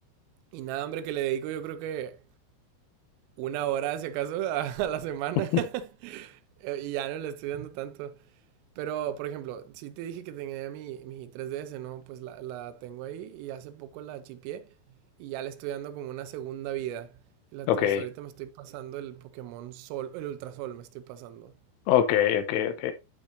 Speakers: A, on the right; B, on the left.
A: y nada, hombre, que le dedico yo creo que una hora, si acaso, <laughs> a, a la semana,
B: <laughs>
A: <laughs> y ya no le estoy dando tanto. Pero, por ejemplo, si te dije que tenía mi, mi 3DS, ¿no? Pues la, la tengo ahí y hace poco la chipié y ya le estoy dando como una segunda vida. La- hasta
B: Ok,
A: ahorita me estoy pasando el Pokémon Sol, el Ultra Sol me estoy pasando.
B: ok, ok, ok.